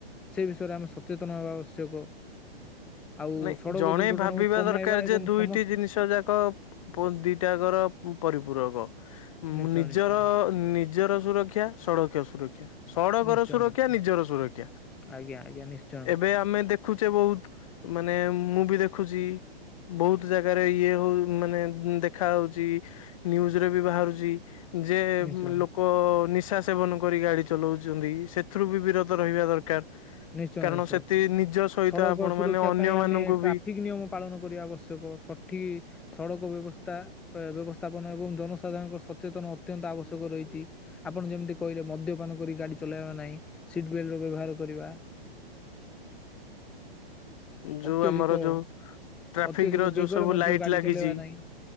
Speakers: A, in the centre; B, on the left.
A: ସେ ବିଷୟରେ ଆମେ ସଚେତନ ହେବା ଆବଶ୍ୟକ। ଆଉ
B: ନାଇଁ
A: ସଡ଼କ
B: ଜଣେ
A: ଦୁର୍ଘଟଣାକୁ
B: ଭାବିବା
A: କମାଇବା
B: ଦରକାର ଯେ
A: ଏବଂ
B: ଦୁଇଟି
A: ସମସ୍ତ
B: ଜିନିଷ ଯାକ ପ ଦିଟାକର ପରିପୂରକ ନିଜର-
A: ନିଶ୍ଚୟ ନିଶ୍ଚୟ
B: ନିଜର ସୁରକ୍ଷା ସଡ଼କୀୟ ସୁରକ୍ଷା। ସଡ଼କର
A: ନିଶ୍ଚୟ
B: ସୁରକ୍ଷା
A: ନିଶ୍ଚୟ
B: ନିଜର ସୁରକ୍ଷା।
A: ଆଜ୍ଞା ଆଜ୍ଞା ନିଶ୍ଚୟ
B: ଏବେ ଆମେ ଦେଖୁଚେ ବହୁତ ମାନେ ମୁଁ ବି ଦେଖୁଚି। ବହୁତ ଜାଗାରେ ଇଏ ହଉ ମାନେ ଦେଖା ଯାଉଚି। ନ୍ୟୁଜ ରେ ବି ବାହାରୁଚି। ଯେ
A: ନିଶ୍ଚୟ ନିଶ୍ଚୟ
B: ଲୋକ ନିଶା ସେବନ କରି ଗାଡି ଚଲଉଚନ୍ତି। ସେଥିରୁ ବି ବିରତ ରହିବା ଦରକାର।
A: ନିଶ୍ଚୟ
B: କାରଣ
A: ନିଶ୍ଚୟ
B: ସେଠି ନିଜ ସହିତ
A: ସଡ଼କ
B: ଆପଣ
A: ସୁରକ୍ଷା
B: ମାନେ ଅନ୍ୟ
A: ପାଇଁ
B: ମାନଙ୍କୁ
A: ଆମେ ଟ୍ରାଫିକ୍
B: ବି
A: ନିୟମ ପାଳନ କରିବା ଆବଶ୍ୟକ। ସଠିକ ସଡ଼କ ବ୍ୟବସ୍ଥା ବ୍ୟବସ୍ଥାପନ ଏବଂ ଜନସାଧାରଣଙ୍କ ସଚେତନ ଅତ୍ୟନ୍ତ ଆବଶ୍ୟକ ରହିଚି। ଆପଣ ଯେମିତି କହିଲେ ମଦ୍ୟପାନ କରି ଗାଡି ଚଲେଇବା ନାହିଁ। ସିଟ ବେଲଟ ର ବ୍ୟବହାର କରିବା।
B: ଯୋଉ
A: ଅତ୍ୟଧିକ-
B: ଆମର ଯୋଉ ଟ୍ରାଫିକ
A: ଅତ୍ୟଧିକ
B: ର ଯୋଉ
A: ବେଗରେ
B: ସବୁ
A: ମଧ୍ୟ
B: ଲାଇଟ୍
A: ଗାଡି
B: ଲାଗିଛି
A: ଚଲେଇବା ନାହିଁ।